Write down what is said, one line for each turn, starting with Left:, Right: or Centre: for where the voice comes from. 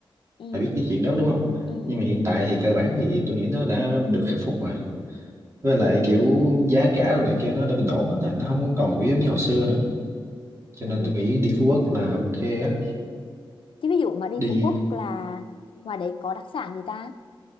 Left: ừ
Right: bà biết cái chuyện đó đúng không?
Left: ừ
Right: Nhưng mà hiện tại thì cơ bản thì tôi nghĩ nó đã được khắc phục rồi. với lại kiểu giá cả đồ này kia nó đã bình ổn hết rồi nó không còn kiểu giống như hồi phức xưa nữa cho nên
Left: ừ
Right: tôi nghĩ đi Phú Quốc là ok á
Left: chứ ví dụ mà đi
Right: đi
Left: Phú Quốc là ngoài đấy có đặc sản gì ta